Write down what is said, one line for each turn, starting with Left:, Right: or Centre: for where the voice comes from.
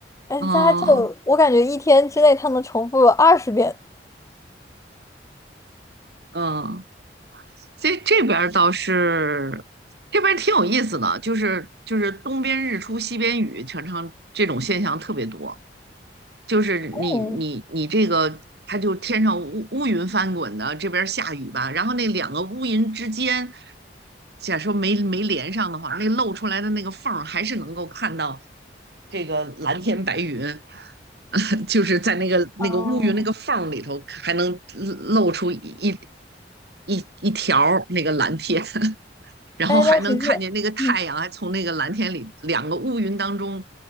Left: 哎，
Right: 嗯
Left: 大家就我感觉一天之内他能重复二十遍。
Right: 嗯，这这边儿倒是，这边儿挺有意思的，就是就是东边日出西边雨，常常这种现象特别多。就是你你你这个，
Left: 嗯，
Right: 它就天上乌乌云翻滚的，这边儿下雨吧，然后那两个乌云之间，假说没没连上的话，那露出来的那个缝儿还是能够看到这个蓝天白云，<laughs> 就是在那个那个乌云那个缝儿里头，
Left: 哦，
Right: 还能露出一一一一条儿那个蓝天。然后还能看见那个太阳还从那个蓝天里两个乌云当中，
Left: 哎，那其实，嗯，